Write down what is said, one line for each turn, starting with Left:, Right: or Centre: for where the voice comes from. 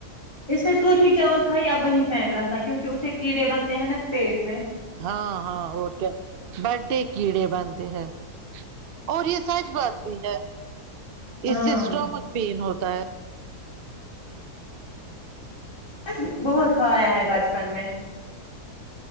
Left: اس نے سوکھی چاول کھائی اب وہی پھینک رہا تھا کیونکہ اسے کیڑے بنتے ہیں نا پیٹ میں
Right: ہاں ہاں اور کیا برڈے کیڑے بنتے ہیں اور یہ سچ بات بھی ہے اس
Left: ہاں
Right: سے اسٹومک پین ہوتا ہے
Left: سچ میں بہت کھایا ہے بچپن میں